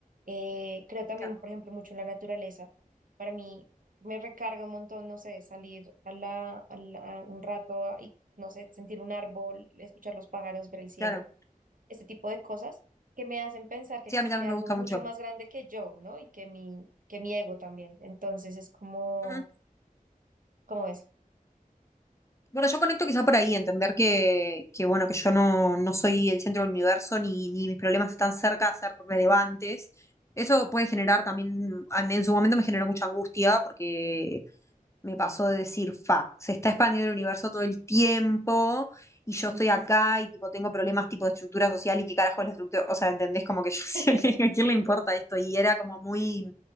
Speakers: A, on the right; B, on the left.
A: Eh, creo también,
B: claro,
A: por ejemplo, mucho en la naturaleza. Para mí me recarga un montón, no sé, salir a la, a la- a un rato a- y, no sé, sentir un árbol, escuchar los pájaros, ver el cielo,
B: claro.
A: este tipo de cosas que me hacen pensar que
B: Sí,
A: existe
B: a mí también
A: algo
B: me gusta
A: mucho
B: mucho.
A: más grande que yo, ¿no? Y que mi, que mi ego también. Entonces es como,
B: Ujú.
A: como eso.
B: Bueno, yo conecto quizá por ahí, entender que, que bueno, que yo no, no soy el centro del universo, ni, ni mis problemas están cerca de ser relevantes. Eso puede generar también, a mí en su momento me generó mucha angustia, porque me pasó de decir, fa, se está expandiendo el universo todo el tiempo, y yo
A: Ujú.
B: estoy acá, y tipo tengo problemas tipo de estructura social, y qué carajo es la estructura, o sea, ¿entendés? Como que yo
A: <laughs>
B: <laughs> decía, ¿a quién le importa
A: Sí.
B: esto? Y era como muy